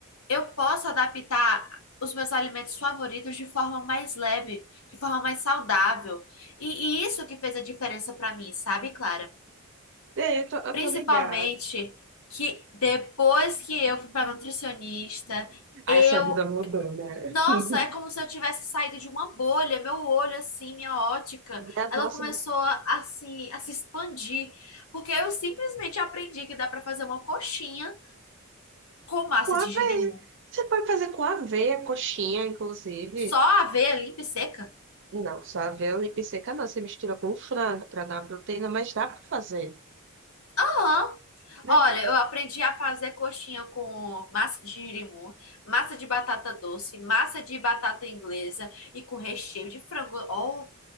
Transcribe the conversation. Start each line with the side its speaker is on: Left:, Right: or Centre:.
Left: Eu posso adaptar os meus alimentos favoritos de forma mais leve, de forma mais saudável. E, e isso que fez a diferença para mim, sabe, Clara?
Right: É, eu tô, eu
Left: Principalmente
Right: tô ligada.
Left: que depois que eu fui para nutricionista,
Right: Aí
Left: eu.
Right: sua vida mudou, né?
Left: Nossa,
Right: <laughs>
Left: é como se eu tivesse saído de uma bolha. Meu olho, assim, minha ótica,
Right: Minha nossa,
Left: ela começou a se, a se expandir. Porque eu simplesmente aprendi que dá para fazer uma coxinha com massa
Right: com aveia.
Left: de girimum.
Right: Você pode fazer com aveia, coxinha, inclusive.
Left: Só aveia limpa e seca.
Right: Não, só aveia e seca não. Você mistura com frango para dar uma proteína, mas dá para fazer.
Left: Aham.
Right: Meu
Left: Olha, eu aprendi a fazer coxinha com massa de girimum, massa de batata doce, massa de batata inglesa e com recheio de frango. Oh,